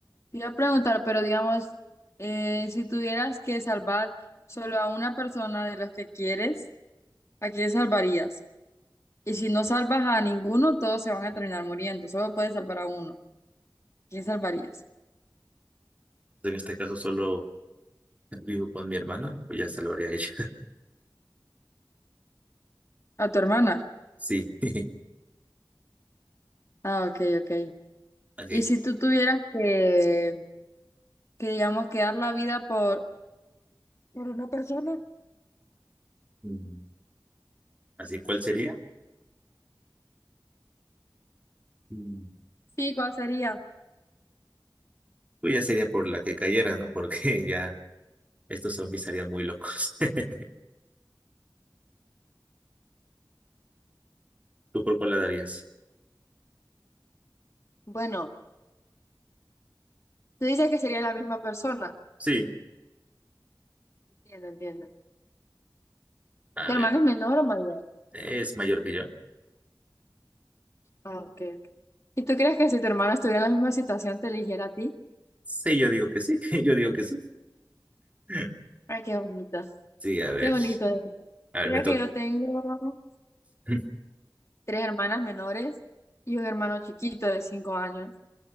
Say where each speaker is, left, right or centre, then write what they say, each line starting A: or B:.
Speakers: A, on the left (about 40°); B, on the right (about 20°).
A: Te Iba a preguntar, pero digamos, eh, si tuvieras que salvar solo a una persona de los que quieres, ¿a quién salvarías? Y si no salvas a ninguno, todos se van a terminar muriendo. Solo puedes salvar a uno. ¿Quién salvarías?
B: En este caso solo vivo con mi hermano, pues ya se lo haría ella. <laughs>
A: ¿A tu hermana?
B: Sí. <laughs>
A: Ah, ok, ok.
B: Ok.
A: Y si tú tuvieras que, que digamos, que dar la vida por... ¿Por una persona?
B: Mm, Así, ¿cuál sería? Mm,
A: Sí, ¿cuál sería?
B: Pues ya sería por la que cayera, ¿no? Porque <laughs> ya estos zombies estarían muy locos. <laughs> ¿Tú por cuál la darías?
A: Bueno, tú dices que sería la misma persona.
B: Sí.
A: Entiendo, entiendo.
B: A
A: ¿Tu
B: ver,
A: hermano es menor o mayor?
B: ¿es mayor que yo?
A: Ah, ok. ok. ¿Y tú crees que si tu hermano estuviera en la misma situación te eligiera a ti?
B: Sí, yo digo que sí. <laughs> Yo digo que sí. <laughs>
A: Ay, qué bonito.
B: Sí, a ver.
A: Qué bonito. de verdad.
B: A ver,
A: Mira
B: me toca.
A: que yo tengo
B: <laughs>
A: tres hermanas menores y un hermano chiquito de cinco años.